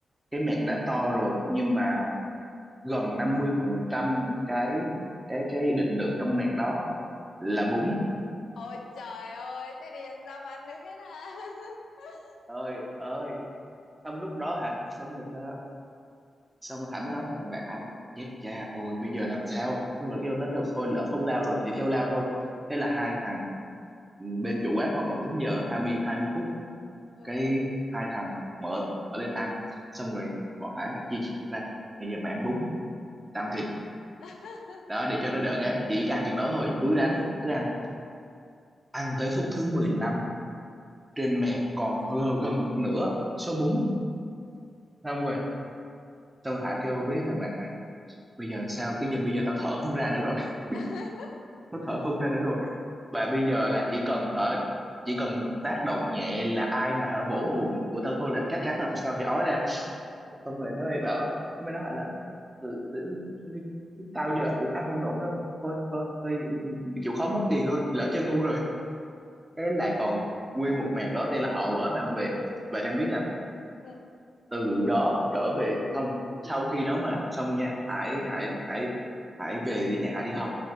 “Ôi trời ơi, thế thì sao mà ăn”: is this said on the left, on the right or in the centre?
Left